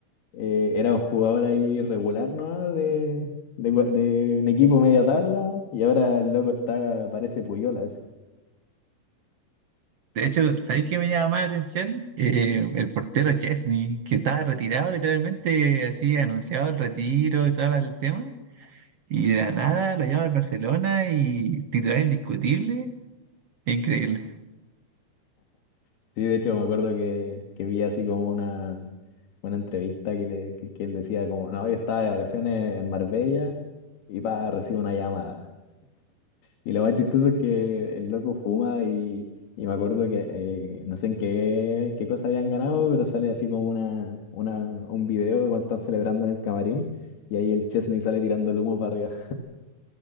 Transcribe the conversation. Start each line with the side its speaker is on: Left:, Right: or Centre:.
Left: eh, era un jugador ahí regular, ¿no? De, de, de un equipo media tabla, y ahora el loco está, parece Puyola. así.
Right: De hecho, ¿sabéis qué me llama más la atención? Eh, el portero Chesney, que estaba retirado literalmente, así anunciado el retiro y todo el tema, y de la nada lo llama al Barcelona y titular indiscutible, increíble.
Left: Sí, de hecho me acuerdo que, que vi así como una, una entrevista que, le, que, que él decía como, no, yo estaba de vacaciones en Marbella y pa, recibo una llamada. Y lo más chistoso es que el loco fuma y, y me acuerdo que eh, no sé en qué, qué cosa habían ganado, pero sale así como una, una, un video de cuando están celebrando en el camarín y ahí el Chesney sale tirando el humo para arriba.